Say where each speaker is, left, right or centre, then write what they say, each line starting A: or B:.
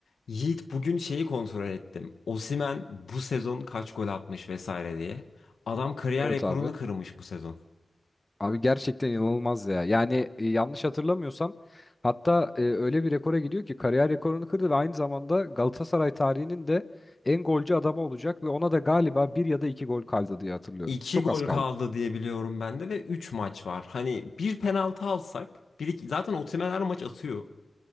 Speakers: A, on the left; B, on the left.
A: Yiğit bugün şeyi kontrol ettim. Osimhen bu sezon kaç gol atmış vesaire diye. Adam kariyer
B: Evet
A: rekorunu
B: abi.
A: kırmış bu sezon.
B: Abi gerçekten inanılmaz ya. Yani e, yanlış hatırlamıyorsam hatta e, öyle bir rekora gidiyor ki kariyer rekorunu kırdı ve aynı zamanda Galatasaray tarihinin de en golcü adamı olacak ve ona da galiba bir ya da iki gol kaldı diye hatırlıyorum.
A: 2
B: Çok
A: gol
B: az kaldı.
A: kaldı diye biliyorum ben de ve 3 maç var. Hani bir penaltı alsak, bir iki, zaten Osimhen her maç atıyor.